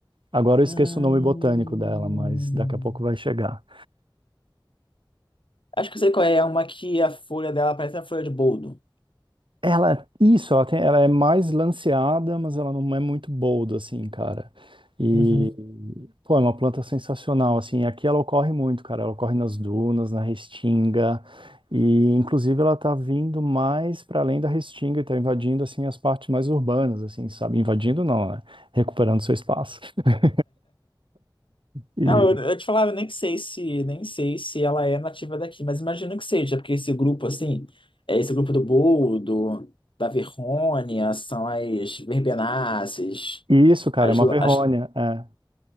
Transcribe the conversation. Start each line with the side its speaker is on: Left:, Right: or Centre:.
Right: Agora eu
Left: Hum,
Right: esqueço o nome botânico dela, mas daqui a pouco vai chegar.
Left: Acho que eu sei qual é. É uma que a folha dela parece a folha de boldo.
Right: Ela, isso, ela tem, ela é mais lanceada, mas ela não é muito boldo, assim, cara. E,
Left: Uhum.
Right: pô, é uma planta sensacional, assim. Aqui ela ocorre muito, cara. Ela ocorre nas dunas, na restinga. E, inclusive, ela tá vindo mais para além da restinga e tá invadindo, assim, as partes mais urbanas, assim, sabe? Invadindo não, né? Recuperando seu espaço. <laughs> E,
Left: Ah, eu, eu te falava, eu nem sei se, nem sei se ela é nativa daqui, mas imagino que seja, porque esse grupo, assim, é esse grupo do boldo, da verrônia, são as verbenáceas,
Right: e isso, cara,
Left: as,
Right: é uma verrônia.
Left: as-
Right: É.